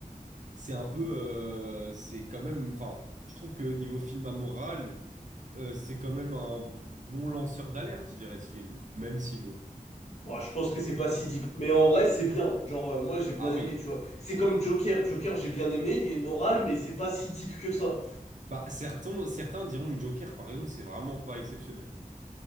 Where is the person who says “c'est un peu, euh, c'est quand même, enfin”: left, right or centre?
Right